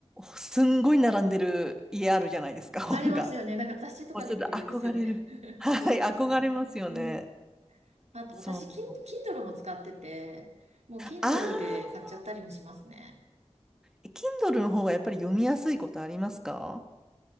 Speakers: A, in the centre; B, on the right (about 85°).
A: すんごい並んでる家あるじゃないですか、本が。
B: ありますよね。
A: <laughs>
B: なんか雑誌とかで見る家ですよね。
A: もうちょっと憧れる。はい、
B: <laughs> 憧れますね。
A: 憧れますよね。
B: うん。あと私、
A: そう。
B: キン Kindle も使ってて、もう Kindle
A: あ
B: で買っちゃったりもしますね。
A: ー、Kindle の方がやっぱり読みやすいことありますか